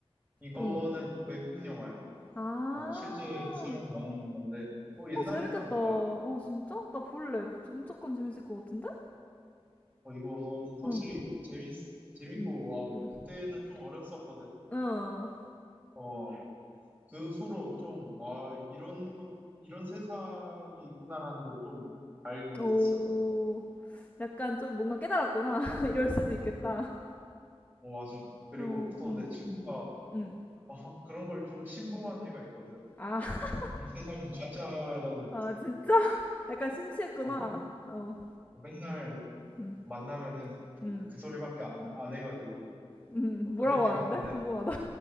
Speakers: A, on the right; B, on the left.
A: 이거는
B: 어.
A: 외국 영화야.
B: 아,
A: 어, 실제 사람 나오는 건데, 어, 옛날에
B: 어, 재밌겠다.
A: 나온 거야.
B: 어, 진짜? 나 볼래. 무- 무조건 재밌을 것 같은데?
A: 어, 이거는 확실히
B: 어,
A: 재밌, 재밌고,
B: 음,
A: 와,
B: 음,
A: 그때는 좀 어렸었거든.
B: 어,
A: 어, 그 후로 좀, 아, 이런 것, 이런 세상이 있구나라는 걸 좀 알게
B: 오.
A: 됐어.
B: 약간 좀 뭔가 깨달았구나. <laughs> 이럴 수도 있겠다.
A: 어, 맞아. 그리고
B: 어,
A: 또
B: 음,
A: 내 친구가,
B: 음.
A: 어, 그런 걸 좀 신봉한 애가 있거든.
B: 아, <laughs>
A: 이 세상은 가짜라는,
B: 아, 진짜? 약간
A: 어,
B: 심취했구나.
A: 어, 맨-
B: 어,
A: 맨날
B: 음,
A: 만나면은, 어,
B: 음,
A: 그 소리밖에 안, 안 해가지고,
B: 음,
A: 어, 그런
B: 뭐라고
A: 애가
B: 하는데?
A: 있는데,
B: 궁금하다.